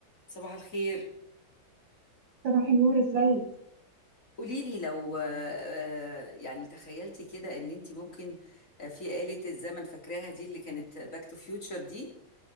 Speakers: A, on the left; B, on the right.
A: صباح الخير
B: صباح النور ازيك
A: قولي لي لو آه، يعني تخيلتي كده ان انت ممكن آه، في آلة الزمن فاكراها دي اللي كانت باك تو فيوتشر دي